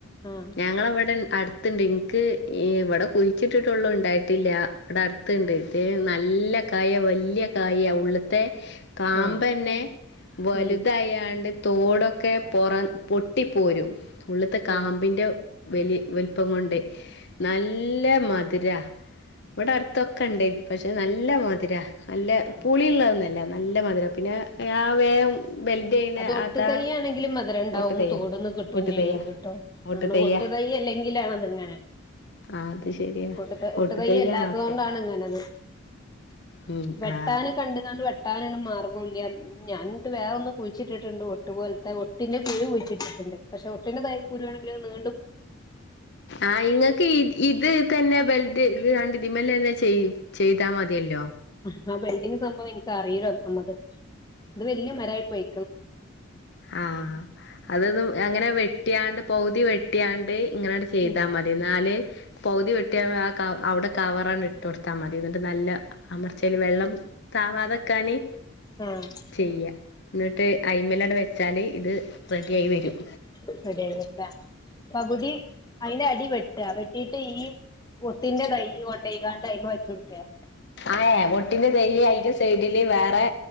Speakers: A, on the left (about 20°); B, on the left (about 55°).
A: ആ
B: ഞങ്ങളവിടെ അടു അത്തണ്ട് എൻക്ക് ഇവിടെ കുഴിച്ചിട്ടിട്ടള്ള ഇണ്ടായിട്ടില്ല ഇവിടെ അടുത്തണ്ട് നല്ല കായ വലിയ കായ ഉള്ളത്തെ കാമ്പന്നെ
A: ആ
B: വലുതയാണ്ട്
A: ഉം
B: തോടൊക്കെ പൊറം പൊട്ടിപോരും ഉള്ളിത്തെ കാമ്പിന്റെ
A: ആഹ്
B: - വലി വലിപ്പം കൊണ്ടേ നല്ല മധുരാ ഇവിടെ അടുത്തൊക്കെണ്ടേ പക്ഷെ നല്ല മധുരാ അല്ല
A: ആഹ്
B: പുളിള്ളതോന്നല്ല നല്ല മധുര പിന്നെ യായ് <unintelligible> വേം ബെൽഡ് ചെയ്യണ
A: അത് ഒട്ട്
B: അതാ
A: തയ്യണെങ്കിലും മതി മധുരണ്ടാകും
B: ഒട്ടു തയ്യ
A: തോട്ന്ന് കിട്ടും
B: ഒട്ടു
A: ചെയ്യും
B: തയ്യ
A: കിട്ടും
B: ഒട്ടു
A: നമ്മള്
B: തയ്യ
A: ഒട്ട് തയ്യല്ലെങ്കിലാണതങ്ങനെ
B: ആ അത് ശരിയാ
A: ഒട്ട് ത ഒട്ട്
B: ഒട്ടു
A: തയ്യല്ലാത്തോണ്ടാണങ്ങനത്
B: തയ്യാണൊക്കെ ഉം
A: വെട്ടാന്
B: ആ
A: കണ്ട്ങ്ങാണ്ട് വെട്ടാനണ് മാർഗോല്ല ഞാനിട്ട് വേറൊന്ന് കുഴിച്ചിട്ട്ണ്ട് ഒട്ടു പോൽത്തെ ഒട്ടിന്റെ കുരു കുഴിച്ചിട്ടിട്ടുണ്ട് പക്ഷെ ഒട്ടിൻ്റെ തയ് കുരുവാണെങ്കിലത് നീ
B: ആഹ് ഇങ്ങക്ക് ഈ ഇത് തന്നെ ബെൽഡെയ്ത്ങ്ങാണ്ട് ഇതിമ്മലെന്നെ ചെയ് ചെയ്താ മതിയല്ലോ
A: ആഹ് ബൽഡിങ് സംഭവം എനിക്കറീല്ല ഒന്നാമത് ഇത് വല്ല്യ മരായി പോയി
B: ആഹ് അതൊന്ന് അങ്ങനെ വെട്ട്യാണ്ട് പൗതി വെ ട്ട്യാണ്ട് ഇങ്ങനണ്ട് ചെയ്താ
A: ഉം
B: മതി ന്നാല് പൗതി വെട്ടിയ അ ക അവ്ടെ കവറണ്ട് ഇട്ടൊട്ത്താ മതി ന്ന്ട്ട് നല്ല അമർചേൽ വെള്ളം താവാതെ ക്കാന്
A: ആഹ്
B: ചെയ്യ ന്ന്‌ട്ട് അയ്മ്മലണ് വെച്ചാല് ഇത്
A: <unintelligible>
B: റെഡിയായി വരും
A: പകുതി അയ്ന്റെ അടി വെട്ട വെട്ടിട്ട് ഈ ഒട്ടിന്റെ തയ്‌ കൊണ്ടോയ്ങ്ങാണ്ട് അയ്മെ വെച്ച് കൊട്ക്ക
B: ആഹ് ഒട്ടിന്റെ തൈയ്യ് അയിന്റെ സൈഡില് വേറെ